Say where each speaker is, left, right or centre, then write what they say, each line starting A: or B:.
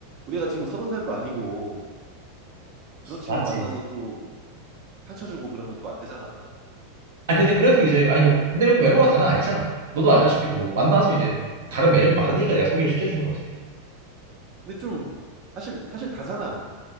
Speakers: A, on the right; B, on the right.
A: 우리가 지금 서른 살도 아니고 그런 친구
B: 맞지.
A: 만나서 또 상처 주고 그러면 또 안 되잖아.
B: 아 근데 그래도 이제 아니 그 근데 외모가 다는 아니잖아. 너도 알다시피 뭐 만나서 이제 다른 매력이 많으니까 내가 소개를 시켜주는 거지.
A: 근데 좀 사실 사실 다잖아.